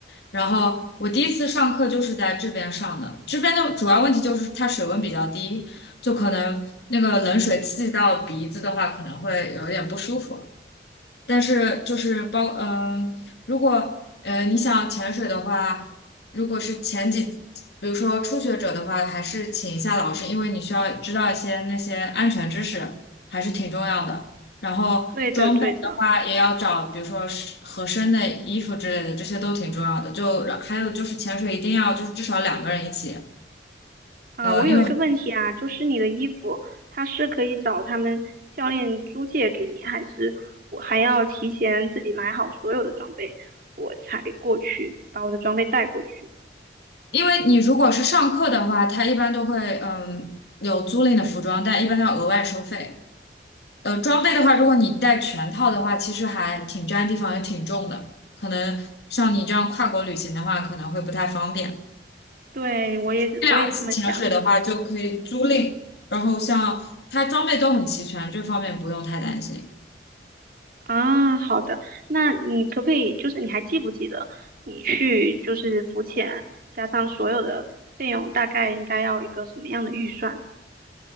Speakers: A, on the left (about 70°); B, on the right (about 50°).
A: 然后我第一次上课就是在这边上的，这边的主要问题就是它水温比较低，就可能那个冷水刺激到鼻子的话，可能会有一点不舒服。但是就是包，嗯、如果呃你想潜水的话，如果是前几，比如说初学者的话，还是请一下老师，因为你需要知道一些那些安全知识，还是挺重要的。然后装备的话，
B: 对的，对的。
A: 也要找，比如说是合身的衣服之类的，这些都挺重要的。就还有就是潜水一定要就是至少两个人一起。
B: 啊，
A: 呃，
B: 我有一个问题啊，
A: 因为
B: 就是你的衣服，它是可以找他们教练租借给你，还是我还要提前自己买好所有的装备，我才过去把我的装备带过去？
A: 因为你如果是上课的话，他一般都会嗯有租赁的服装，但一般都要额外收费。呃，装备的话，如果你带全套的话，其实还挺占地方，也挺重的。可能像你这样跨国旅行的话，可能会不太方便。
B: 对，我也是，
A: 这两次潜水的话，
B: 我也是这么想的。
A: 就可以租赁，然后像它装备都很齐全，这方面不用太担心。
B: 啊，好的，那你可不可以，就是你还记不记得你去就是浮潜加上所有的费用，大概应该要一个什么样的预算？